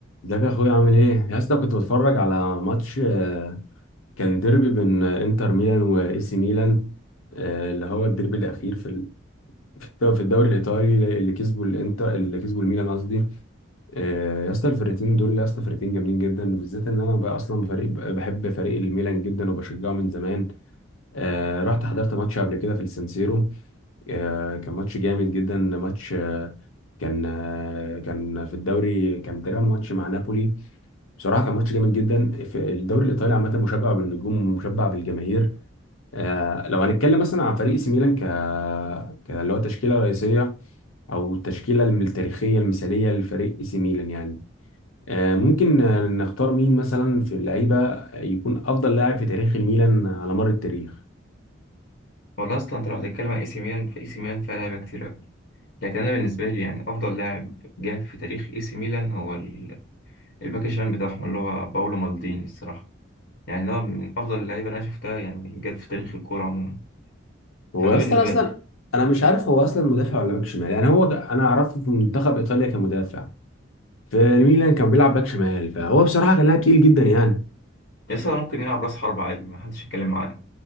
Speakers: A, on the left; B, on the left.
A: ازيك يا اخويا عامل ايه؟ يا اسطى كنت بتفرج على ماتش آه، كان ديربي بين آه، انتر ميلان واي سي ميلان آه، اللي هو الديربي الاخير في ال- في الدو- في الدوري الايطالي اللي كسبوا الانتر اللي كسبوا الميلان قصدي آه، يا اسطى الفرقتين دول يا اسطى فرقتين جامدين جدا بالذات ان انا بقى اصلا فريق بحب فريق الميلان جدا وبشجعه من زمان آه، رحت حضرت ماتش قبل كده في السانسيرو آه، كان ماتش جامد جدا ماتش آه، كان آه، كان في الدوري كان تقريبا ماتش مع نابولي بصراحة كان ماتش جامد جدا في الدوري الإيطالي عامة مشبع بالنجوم ومشبع بالجماهير آه، لو هنتكلم مثلا عن فريق سي ميلان ك ك- اللي هو تشكيلة رئيسية أو التشكيلة التاريخية المثالية لفريق سي ميلان يعني آه، ممكن آه، نختار مين مثلا في اللعيبة يكون أفضل لاعب في تاريخ الميلان على مر التاريخ
B: والله اصلا انت لو هتتكلم عن اي سي ميلان فاي سي ميلان فيها لعيبه كتير قوي لكن انا بالنسبه لي يعني افضل لاعب جه في تاريخ اي سي ميلان هو ال- الباك الشمال بتاعهم اللي هو باولو مالديني الصراحه يعني ده من افضل اللعيبه اللي انا شفتها يعني جت في تاريخ الكوره عموما
A: هو
B: فده
A: اصلا
B: بالنسبه
A: اصلا
B: لي
A: انا مش عارف هو اصلا مدافع ولا باك شمال يعني هو ده- انا عرفته في منتخب ايطاليا كمدافع في الميلان كان بيلعب باك شمال فهو بصراحه كان لاعب تقيل جدا يعني
B: لسه ممكن يلعب راس حرب عادي ما حدش يتكلم معاه